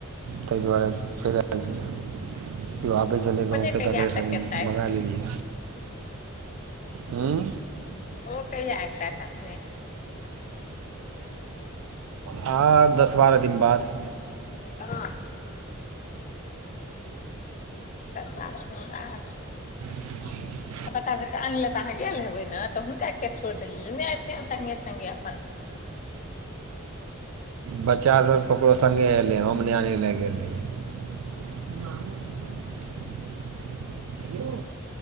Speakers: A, on the right; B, on the left.
A: तयि दुआरे चइल आयल छले। कियो आबै छलै
B: अपने
A: गाउंके
B: कहिया
A: त करे सगें
B: तक एतथि
A: मंगा लेलियै। हम्म।
B: ओ कहिया एतत अपने?
A: हँ दस बारह दिन बाद।
B: <unintelligible> दस बारह दिन बाद
A: <unintelligible>
B: त बच्चा सभकेँ अनेलै त अहाँ गेल हेबै न त हुनका किया छुइर देलियै, एयतत संगे संगे अपन।
A: बच्चासब ककरो संगे एलै, हम ने आने गेल रहिये।